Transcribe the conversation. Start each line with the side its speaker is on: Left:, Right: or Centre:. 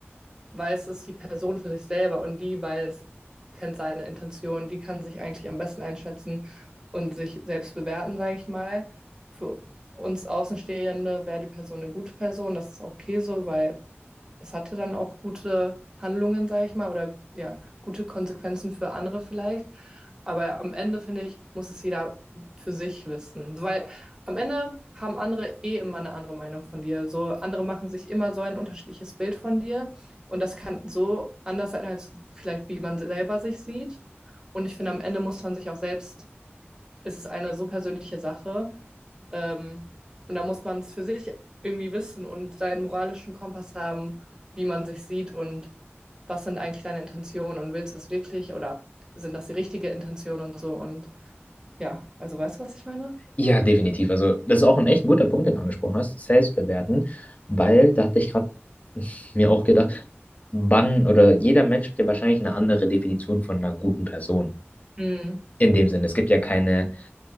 Right: weiß es die Person für sich selber und die weiß, kennt seine Intention, die kann sich eigentlich am besten einschätzen und sich selbst bewerten, sage ich mal. Für uns Außenstehende wäre die Person eine gute Person, das ist okay so, weil es hatte dann auch gute Handlungen, sage ich mal, oder ja, gute Konsequenzen für andere vielleicht. Aber am Ende, finde ich, muss es jeder für sich wissen. Weil am Ende haben andere eh immer eine andere Meinung von dir. So andere machen sich immer so ein unterschiedliches Bild von dir. Und das kann so anders sein, als vielleicht wie man selber sich sieht. Und ich finde, am Ende muss man sich auch selbst ist es eine so persönliche Sache. Ähm, und da muss man es für sich irgendwie wissen und seinen moralischen Kompass haben, wie man sich sieht und was sind eigentlich deine Intentionen und willst du es wirklich oder sind das die richtige Intention und so. Und ja, also weißt du, was ich meine?
Left: Ja, definitiv. Also, das ist auch ein echt guter Punkt, den du angesprochen hast, selbstbewerten, weil da hatte ich gerade <laughs> mir auch gedacht, wann oder jeder Mensch hat ja wahrscheinlich eine andere Definition von einer guten Person.
Right: Mm,
Left: In dem Sinne, es gibt ja keine,